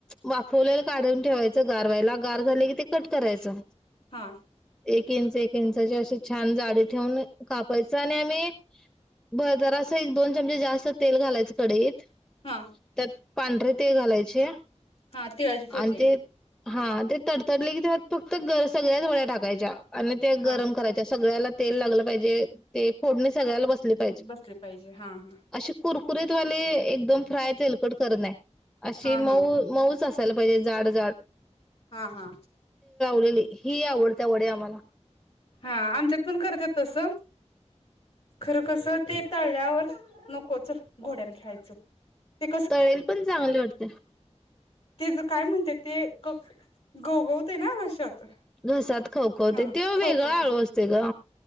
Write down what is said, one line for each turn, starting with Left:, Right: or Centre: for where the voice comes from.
Centre: वाफवलेल काढून ठेवायचं गार व्हायला. गार झालं की ते कट करायचं.
Left: हा
Centre: एक इंच एक इंचाची अशी छान जाडी ठेवून अ कापायचं आणि आम्ही बजार आस च एक दोन चमचे जास्त तेल घालायच कडईत
Left: हा
Centre: तत. पांढरे तिळ घालायचे
Left: हा तिळाची फोडणी
Centre: आणि ते हा ते तडतडले की त्यात फक्त गर सगळ्याच वड्या टाकायच्या आणि ते
Left: हा
Centre: गरम करायचे सगळ्याला तेल लागलं पाहिजे ते फोडणीत सगळ्याला बसली पाहिजे
Left: बसली पाहिजे हा हा
Centre: अशी कुरकुरीत कुरत वाले एकदम फ्राय तेलकट करणे अशी
Left: हा हा
Centre: मऊ मऊ अस त्याला पाहिजे जाडचं
Left: हा हा
Centre: नाही नाही ही आवडत्या वडी आम्हाला
Left: हा आमच्यात पण करतात तसं खरं कसं ते तळल्यावर नको चल घोड्यावर खेळायचं ते
Centre: तळलेलं पण चांगले वाटतंय.
Left: ते ज काय म्हणत्यात ते क गवगवतयं ना घशात.
Centre: घश्यात खवखवते
Left: हा
Centre: त्यो
Left: खवखवते
Centre: वेगळा आळू असतोय ग